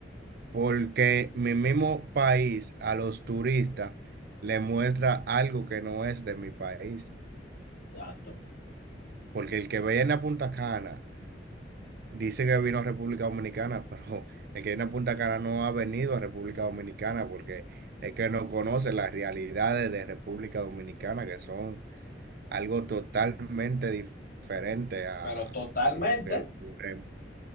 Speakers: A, on the right (about 60°); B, on the left (about 55°).
A: porque mi mismo país a los turistas le muestra algo que no es de mi país,
B: exacto.
A: porque el que viene a Punta Cana Dice que vino a República Dominicana, pero el que viene a Punta Cana no ha venido a República Dominicana porque es que no conoce las realidades de República Dominicana, que son algo totalmente dif- diferente a,
B: Pero totalmente.
A: a lo que ocurre.